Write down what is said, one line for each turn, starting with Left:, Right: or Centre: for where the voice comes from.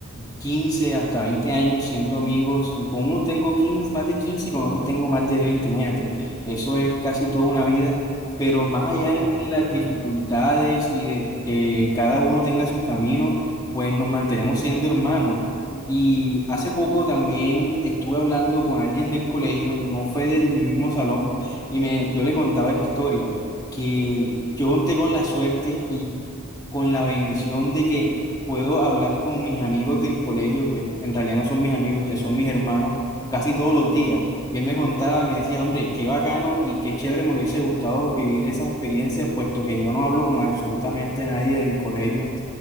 Left: 15 hasta 20 años siendo amigos. Eh, Con unos tengo quince más de 15 y con otros tengo más de veinte imagínate. Eso es casi toda una vida. Pero más allá
Right: Claro,
Left: de
Right: son muchos
Left: las dificultades
Right: años.
Left: y de que cada uno tenga su camino, pues nos mantenemos siendo hermanos. Y hace poco también estuve hablando con alguien del colegio, no fue desde mi mismo salón, y me, yo le contaba esa historia, que yo conté con la suerte y con la bendición de que puedo hablar con mis amigos del colegio, que en realidad no son mis amigos, que son mis hermanos, casi todos los días. Y él me contaba, me decía, hombre, qué bacano y qué chévere me hubiese gustado vivir esas experiencias, puesto que yo no hablo con absolutamente nadie del colegio.